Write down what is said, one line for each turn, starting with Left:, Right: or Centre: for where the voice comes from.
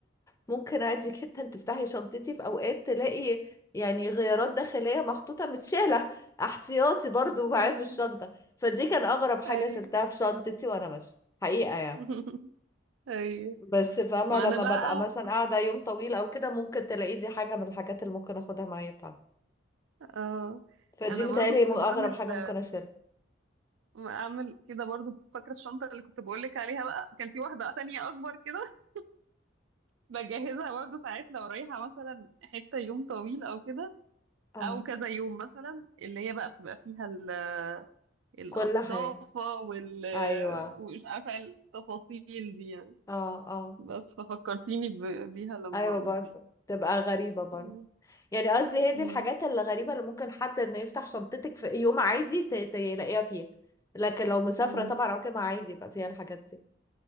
Left: ممكن عادي جدا تفتحي شنطتي في اوقات تلاقي يعني غيارات داخلية محطوطة متشالة <laughs> احتياطي برضو
Right: آه
Left: معايا في الشنطة فدي كان اغرب حاجة
Right: اي
Left: شلتها في شنطتي وانا ماشية حقيقة يعني
Right: <laughs> اي
Left: بس فاهمة
Right: ما
Left: لما
Right: انا بقى
Left: ببقى مثلا قاعدة يوم طويل او كده ممكن تلاقي دي حاجة من الحاجات اللي ممكن اخدها معايا فعلا
Right: آه
Left: فدي
Right: انا
Left: متهيألي
Right: برضو كنت
Left: م- اغرب
Right: بعمل
Left: حاجة ممكن اشيلها
Right: اعمل كده برضو فاكرة الشنطة اللي كنت بقولك عليها بقى كان في واحدة تانية اكبر كده <laughs> بجهزها برضو ساعات لو رايحة مثلا حتة يوم طويل او كده
Left: اه
Right: او كذا يوم مثلا اللي هي بقى بتبقى فيها ال القصافة
Left: كل حاجة
Right: وال
Left: ايوه
Right: ومش عارفة إيه التفاصيل دي يعني
Left: اه اه
Right: بس ففكرتيني ب... بيها لما
Left: ايوه
Right: قلتي
Left: برضه تبقى غريبة برضه
Right: مم.
Left: يعني قصدي هي
Right: مم.
Left: دي الحاجات اللي غريبة اللي ممكن حد انه يفتح شنطتك في يوم عادي ت- ت- يلاقيها فيها لكن لو مسافرة
Right: مم.
Left: طبعا عمرها عادي يبقى فيها الحاجات دي